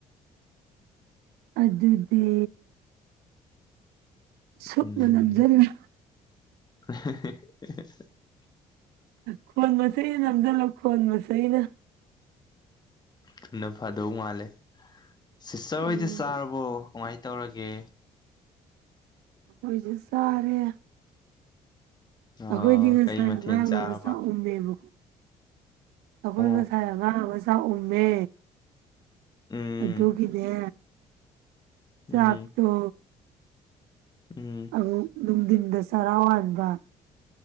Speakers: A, on the right; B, on the left.
A: ꯑꯗꯨꯗꯤ ꯁꯨꯞꯅ
B: ꯎꯝ
A: ꯅꯝꯖꯜꯂ
B: <unintelligible>
A: ꯈꯣꯟ ꯃꯆꯩꯅ ꯅꯝꯖꯤꯜꯂꯣ ꯈꯣꯟ ꯃꯆꯩꯅ
B: ꯊꯨꯅ ꯐꯥꯗꯧ ꯃꯥꯜꯂꯦ ꯁꯤꯁꯇꯔ
A: ꯎꯝ
B: ꯍꯣꯏꯗꯤ ꯆꯥꯔꯕꯣ ꯀꯃꯥꯏ ꯇꯧꯔꯒꯦ
A: ꯑꯣꯈꯣꯏꯖꯨ ꯆꯥꯔꯦ
B: ꯑ
A: ꯑꯩꯈꯣꯏꯗꯤ ꯉꯁꯥꯏ
B: ꯀꯩ ꯃꯊꯦꯜ
A: ꯑꯉꯥꯡ
B: ꯆꯥꯔꯕ
A: ꯑꯃ ꯆꯥꯛ ꯎꯝ <unintelligible> ꯑꯩꯈꯣꯏ
B: ꯑꯣ
A: ꯉꯁꯥꯏ ꯑꯉꯥꯡ ꯑꯃ ꯆꯥꯛ ꯎꯃꯦ
B: ꯎꯝ
A: ꯑꯗꯨꯒꯤꯅꯦ ꯆꯥꯛꯇꯣ
B: ꯎꯝ ꯎꯝ
A: ꯑꯃꯨꯛ ꯅꯨꯡꯗꯤꯟꯗ ꯆꯔꯥ ꯋꯥꯟꯕ